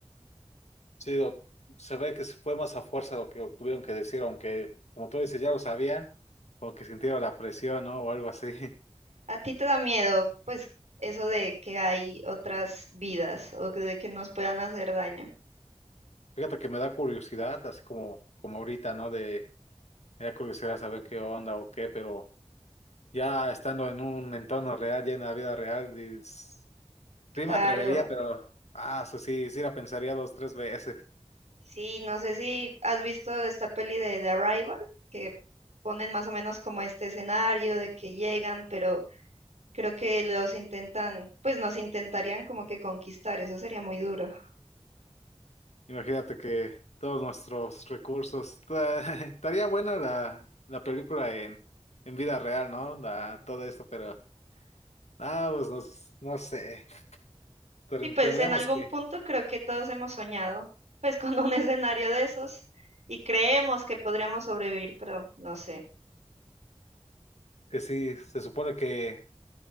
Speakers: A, on the left; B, on the right.
A: Sí, o- se ve que se fue más a fuerza lo que tuvieron que decir, aunque, como tú dices, ya lo sabían, como que sintieron la presión, ¿no? O algo así. <laughs>
B: ¿A ti te da miedo pues eso de que hay otras vidas o que- de que nos puedan hacer daño?
A: Fíjate que me da curiosidad, así como, como ahorita, ¿no? De, me da curiosidad saber qué onda o qué, pero ya estando en un entorno real, ya en la vida real, dis-
B: Claro.
A: sí me atrevería, pero, ah, eso sí, sí la pensaría dos, tres veces.
B: Sí, no sé si has visto esta peli de The Arrival, que ponen más o menos como este escenario de que llegan, pero Creo que los intentan, pues nos intentarían como que conquistar, eso sería muy duro.
A: Imagínate que todos nuestros recursos. ta- <laughs> Estaría buena la, la película en, en vida real, ¿no? La- todo esto, pero. Ah, pues no, s- no sé. Ten-
B: Y pues
A: Tendríamos
B: en algún
A: que,
B: punto creo que todos hemos soñado, pues con un <laughs> escenario de esos y creemos que podríamos sobrevivir, pero no sé.
A: que sí, se supone que